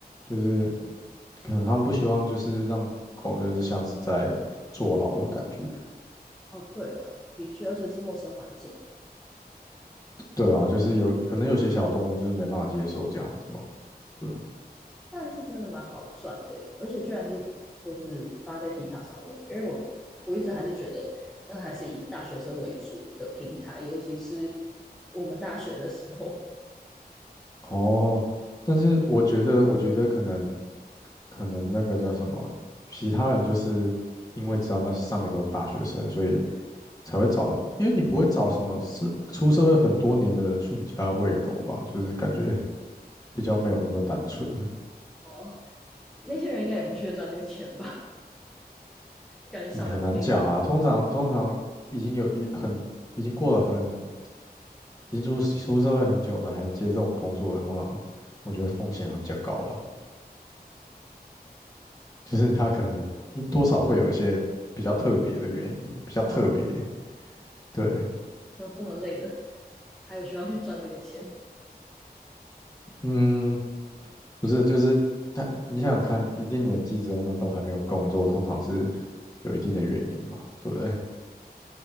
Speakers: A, on the left (about 20°); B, in the centre.
A: 就是可能他们不希望就是让狗就是像是在坐牢的感觉。
B: 哦，对啦，的确，而且是陌生环境，
A: 对啊，就是有可能有些小动物就是没办法接受这样子嘛。对啊，
B: 但是真的蛮好赚的欸而且居然是就是发在迪卡上面，因为我我一直还是觉得那还是以大学生为主的平台，尤其是我们大学的时候，
A: 哦，但是我觉得，我觉得可能可能那个叫什么，其他人就是因为知道那是上面都是大学生，所以才会找，因为你不会找什么是出社会很多年的人去你家喂狗吧，<laughs> 就是感觉比较没有那么单纯，
B: 哦，那些人应该也不屑赚这个钱吧？感觉上班都累
A: 也很难讲啊。通常通常已经有一很已经过了很已经出出社会很久的，还接这种工作的，通常我觉得风险会比较高啦，<laughs> 就是他可能一多少会有一些比较特别的原因，比较特别。
B: 死哦，
A: 对，
B: 就这么累了，还有需要去赚这个钱？
A: 嗯，不是，就是他，你想想看，一定年纪之后呢，都还没有工作，通常是有一定的原因嘛，对不对？